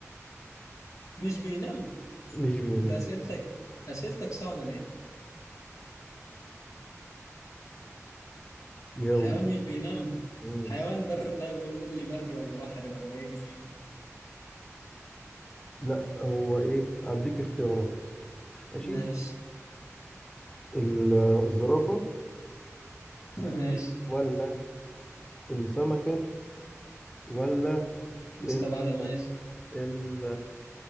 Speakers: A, on the left; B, on the left.
A: مش بينام
B: مش بينام
A: انت اسئلتك اسئلتك صعبة ليه
B: جاوب
A: حيوان
B: بقى
A: مش بينام
B: مم.
A: حيوان بري طيب قول قول لي بري ولا بحري ولا ايه دنيتك
B: لا هو ايه هديك اختيارات ماشي
A: ماشي
B: ال- الزرافة
A: <laughs> ماشي
B: ولا السمكة ولا
A: مستبعدة
B: ال
A: ماشي
B: ال